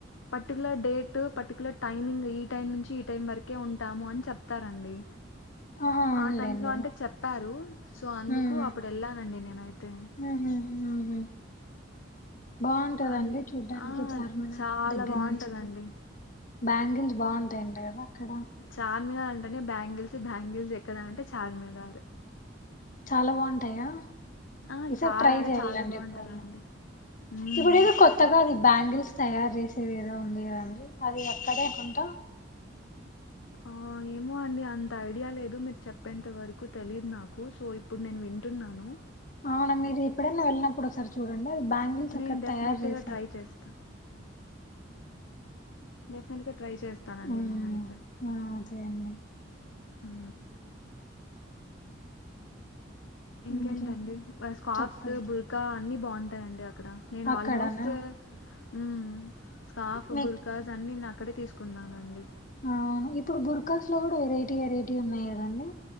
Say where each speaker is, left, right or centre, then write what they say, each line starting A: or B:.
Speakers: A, on the left; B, on the left.
A: పర్టికులర్ డేటు పర్టికులర్ టైమింగ్ ఈ టైం నుంచి ఈ టైం వరకే ఉంటాము అని చెప్తారండి
B: ఆహా అవునులేండి
A: ఆ టైమ్ లో అంటే చెప్పారు సో అందుకు
B: హ్మ్
A: అప్పుడు వెళ్ళానండి నేనైతే
B: హుహు హుహు బాగుంటదండి
A: అన్
B: చూడ్డానికి
A: ఆ
B: చార్మినార్
A: చాలా
B: దగ్గర
A: బాగుంటదండి
B: నుంచి బ్యాంగిల్స్ బాగుంటాయంట కదా అక్కడ
A: చార్మినార్ అంటనే బ్యాంగిల్స్ బ్యాంగిల్స్ ఎక్కడ అంటే చార్మినార్
B: చాలా బాగుంటాయా
A: ఆ!
B: ఈసర్
A: చాలా
B: ట్రై
A: అంటే
B: చెయాలండి
A: చాలా బావుంటదండి.
B: ఎపుడన
A: హ్మ్.
B: ఇప్పుడు ఏది కొత్తగాది బ్యాంగిల్స్ తయారు చేసేది ఏదో ఉంది కదా అండి అది అక్కడేకొంట
A: ఆఇ ఏమో అండి అంత ఐడియా లేదు మీరు చెప్పేంత వరకు తెలీదు నాకు సో ఇప్పుడు నేన్ వింటున్నాను
B: అవున మీరు ఎప్పుడన్న వెళ్నపుడు ఓసారి చూడండి డే బ్యాంగిల్స్
A: నేను
B: అకాడ్
A: డెఫినెట్గా
B: తయారు చేస్తారు
A: ట్రై చేస్తా డెఫినెట్గా ట్రై చేస్తానండి
B: మ్మ్
A: నేను అయితే
B: ఆ అదే అండి
A: హు ఇంకేంటండి
B: ఇంకేం
A: వ స్కాప్స్
B: చెప్పాలి
A: బుర్కా అన్ని బాగుంటాయి అండి అక్కడ ఇక్కడ నేను
B: అక్కడనా
A: ఆల్మోస్ట్ మ్ స్కాఫ్
B: మీకు
A: బుర్కాస్ అన్ని నాకు అక్కడే తీసుకున్నానండి
B: అవును ఇప్పుడు బుర్కాాస్ లో కూడా వెరైటీ వెరైటీ ఉన్నాయి కదండి